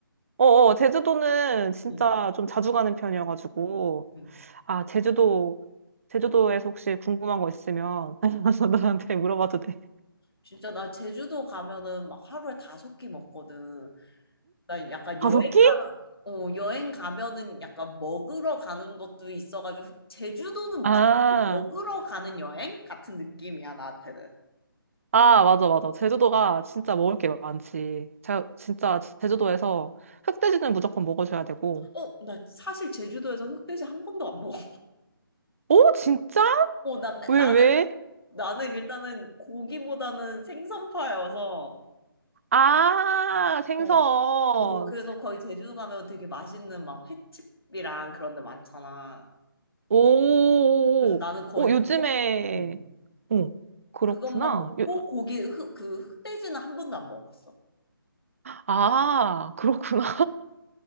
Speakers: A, on the right; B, on the left.
A: 어, 어, 제주도는 진짜
B: 응.
A: 좀 자주 가는 편이어가지고.
B: 응.
A: 아, 제주도, 제주도에서 혹시 궁금한 거 있으면 <laughs> 나한테 물어봐도 돼.
B: 진짜 나 제주도 가면은 막 하루에 다섯 끼 먹거든. 나 약간
A: 다섯끼?
B: 여행 가, 어, 여행 가면은 약간 먹으러 가는 것도 있어가지고 제주도는
A: 아,
B: 뭐- 사실 먹으러 가는 여행 같은 느낌이야 나한테는.
A: 아, 맞아, 맞아. 제주도가 진짜 먹을 게 많지. 자, 진짜 제주도에서 흑돼지는 무조건 먹어줘야 되고.
B: 어, 나 사실 제주도에서 흑돼지 한 번도 안 먹어.
A: 오, 진짜?
B: 어, 난
A: 왜,
B: 나는
A: 왜?
B: 나는 일단은 고기보다는 생선파여서
A: 아, 생선.
B: 어, 어, 그래서 거의 제주도 가면 되게 맛있는 막 횟집이랑 그런 데 많잖아.
A: 오,
B: 그래서 나는 거의
A: 오, 요즘에,
B: 그것, 음,
A: 오, 그렇구나.
B: 그것만 먹고
A: 요-
B: 고기 흑, 그 흑돼지는 한 번도 안 먹어봤어. <laughs>
A: 아, 그렇구나.